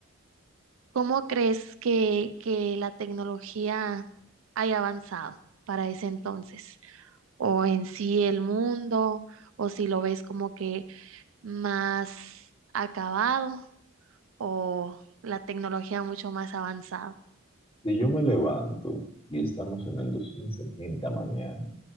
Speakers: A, on the right; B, on the left.
A: ¿Cómo crees que, que la tecnología haya avanzado para ese entonces? O en sí el mundo, o si lo ves como que más acabado, o la tecnología mucho más avanzada.
B: Si yo me levanto y estamos en el 2070 mañana,